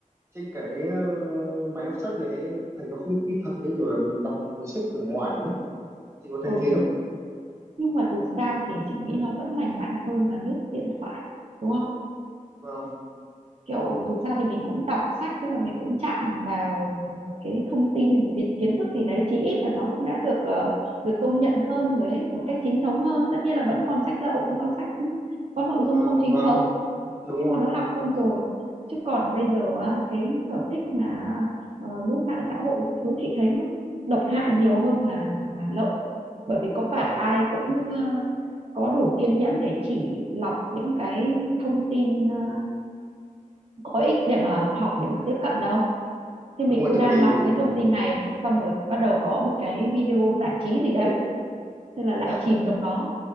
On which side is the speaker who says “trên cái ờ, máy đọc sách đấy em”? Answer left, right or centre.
Right